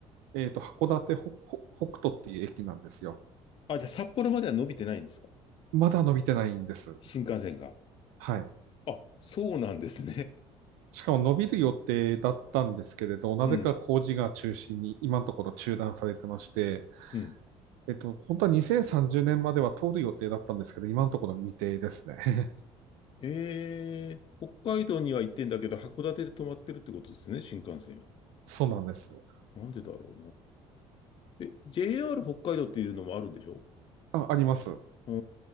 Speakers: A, on the right; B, on the left.
A: えっと、函館北、北北斗っていう駅なんですよ。
B: あ、じゃあ札幌までは伸びてないんですか
A: まだ伸びてないんです。
B: 新幹線が。
A: はい。
B: あ、そうなんですね。
A: しかも伸びる予定だったんですけれど、なぜか工事が中心に今のところ中断されてまして、
B: <laughs> うん、うん。
A: えっと、本当は2030年までは通る予定だったんですけど、今のところ未定ですね。<laughs>
B: ええ北海道には行ってんだけど、函館で止まってるってことですね、新幹線は。
A: そうなんです。
B: なんでだろうな。え、JR 北海道っていうのもあるんでしょ
A: あ、あります。
B: うー